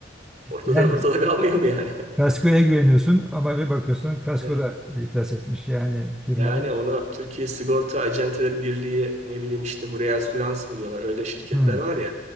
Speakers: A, on the right; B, in the centre.
A: Ortada
B: Yani
A: ortada kalmayalım yani. <laughs>
B: kaskoya güveniyorsun ama bir bakıyorsun kasko
A: Evet.
B: da iflas etmiş yani firmalar.
A: Yani onu Türkiye Sigorta Acenteleri Birliği ne bileyim işte buraya reasürans mı diyorlar öyle şirketler
B: Hı.
A: var ya